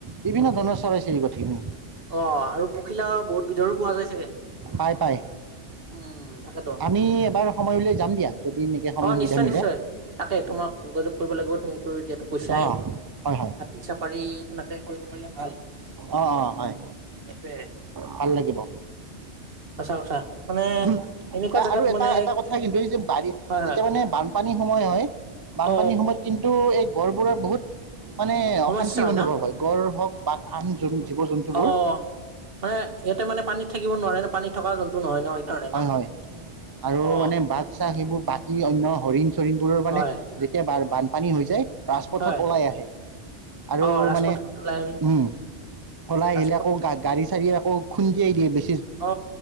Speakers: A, on the right; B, on the right.
A: বিভিন্ন ধৰণৰ চৰাই চিৰিকটি উম।
B: অঁ, আৰু পখিলা বহুত বিধৰো পোৱা যায় চাগে?
A: পাই পাই।
B: উম তাকেতো
A: আমি এবাৰ সময় উল যাম দিয়া। যদি এনেকৈ সময়
B: অঁ,
A: সুবিধা
B: নিশ্চয়
A: মিলে
B: নিশ্চয় তাকে তোমাক যোগাযোগ কৰিব লাগিব তুমিতো যিহেতু গৈছাই।
A: অঁ হয় হয়
B: হাতী চাফাৰী তেনেকে কৰিব পাৰিলে ভাল
A: অঁ অঁ হয়
B: এইটোৱে
A: ভাল লাগিব
B: সঁচা কথা মানে
A: উম
B: এনেকুৱা জেগাত
A: আৰু এটা
B: মানে
A: এটা কথা কিন্তু এই যে বাৰীত
B: হয়
A: যেতিয়া
B: হয়
A: মানে বানপানীৰ সময় হয় বানপানীৰ
B: অ
A: সময়ত কিন্তু এই গড়বোৰৰ বহুত মানে
B: সমস্যা
A: অশান্তি অনুভৱ
B: ন
A: হয় গড় হওক বা আন জন- জীৱ জন্তুবোৰ
B: অ মানে ইয়াতে মানে পানীত থাকিব নোৱাৰে ন পানীত থকা জন্তু নহয় ন তণে ন
A: হয় হয় আৰু
B: অ
A: মানে বাক চাক সেইবোৰ বাকী অনয় হৰিণ চৰিণ বোৰৰ মানে
B: হয়
A: যেতিয়া ব পানী হৈ যায় ৰাজপথত
B: হয়
A: ওলাই আহে আৰু
B: অ ৰাজপথত
A: মানে
B: ওলাই
A: উম ওলাই
B: ৰাজপথ
A: আহিলে আকৌ গা গাড়ী চাড়ী আকৌ খুন্দিয়াই দিয়ে বে
B: অ